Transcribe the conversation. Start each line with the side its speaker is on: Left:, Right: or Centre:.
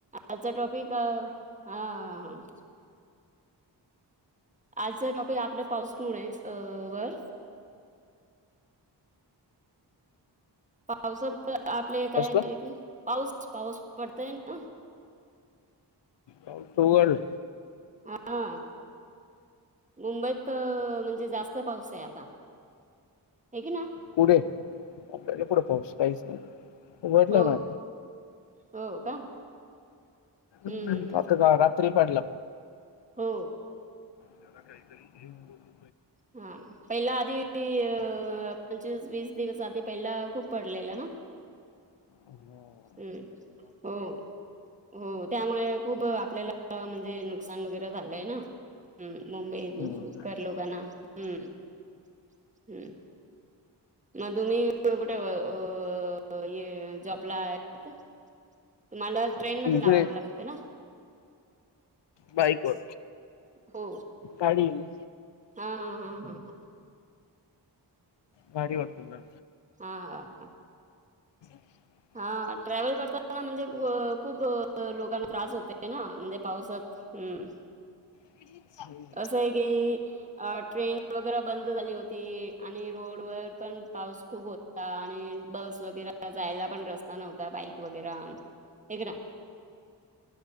Right: आजचा टॉपिक हा हा हा आजचा टॉपिक आपल्या पाऊस मुळे <unintelligible> वर पावसात तर आपले काय
Left: कसलं
Right: <inaudible> आहे पाऊस पाऊस पडतो ना.
Left: तू बोल.
Right: हा मुंबईत त म्हणजे जास्त पाऊस आहे आता हे की ना?
Left: कुडे? मुंबईले कुडे पाऊस? काहीच नाही ना उघडलं
Right: हो
Left: ना.
Right: हो का. हम्म
Left: <unintelligible>
Right: हम्म, हम्म.
Left: आता रात्री पडला.
Right: हो
Left: त्याला काहीतरी झीम बोलतो.
Right: हा पहिला आधी पंचवीस वीस दिवस आधी पहिला खूप पडलेला ना?
Left: हं
Right: हम्म हो हो त्यामुळे खूप आपल्याला म्हणजे नुकसान वगैरे झालंय ना. हम् मुंबई
Left: हम्म.
Right: करलोगाणा हम्म हम्म म तुमी ईथुन कुठे अ ये जॉबला आहे? मला ट्रेन मध्ये
Left: इकडे
Right: जावावं लागतं ना.
Left: बाईकवर
Right: हो
Left: गाडी आहे.
Right: हा हा हा हं.
Left: भारी वाटतं पण.
Right: हा हा
Left: <inaudible>
Right: हा ट्रॅव्हल करताना म्हणजे व खूप लोकांना त्रास होतय ना म्हणजे पावसात हम्म.
Left: <inaudible> चाल.
Right: असं आहे की अ ट्रेन वगैरे बंद झाली होती आणि रोड वर पण पाऊस खूप हो ता आणि बस वगैरे जायला पण रस्ता नव्हता बाईक वगैर हाय क ना.